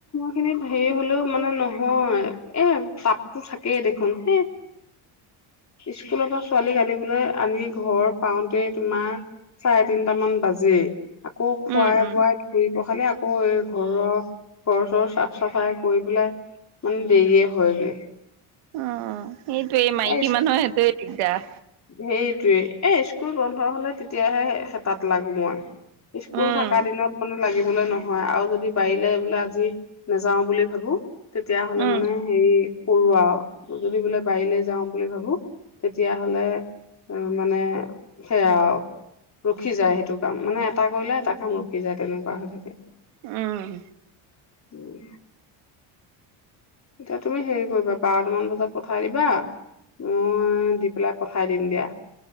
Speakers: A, on the left (about 35°); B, on the right (about 85°).
A: খিনিত হেৰি হলেও মানে নহয় এ তাপতো থাকেই দেখোন হে স্কুলৰ পৰা ছোৱালীক আনিবলৈ আনি ঘৰ পাওঁতে তোমাৰ চাৰে তিনটামান বাজে আকৌ খোৱাই-বোৱাই
B: উম উম
A: ধুই পখালি আকৌ এই ঘৰৰ ঘৰ চৰৰ চাফ-চাফাই কৰি পেলাই মানে দেৰিয়ে হয়গে।
B: অ', অ'। সেইটোৱেই মাইকী
A: এই
B: মানুহৰ সেইটোৱে দিগদাৰ।
A: সেইটোৱে এ স্কুল বন্ধ হ'লে তেতিয়াহে হেতাত লাগো মই। স্কুল
B: উম
A: থকা দিনত মানে লাগিব নহয় আৰু যদি বাৰিলে বোলে আজি নাযাও বুলি ভাবো। তেতিয়া হ'লে
B: উম
A: মানে হেৰি কৰোঁ আৰু যদি বোলে বাৰে যাওঁ বুলি ভাবো তেতিয়া হ'লে উম, মানে সেয়া ৰখি যায় সেইটো কাম মানে এটা কৰিলে এটা কাম ৰখি যায় তেনেকুৱা হৈ থাকে।
B: উম।
A: উম। এতিয়া তুমি হেৰি কৰিবা বাৰটামান বজাত পঠাই দিবা। মই দি পেলাই পঠাই দিম দিয়া।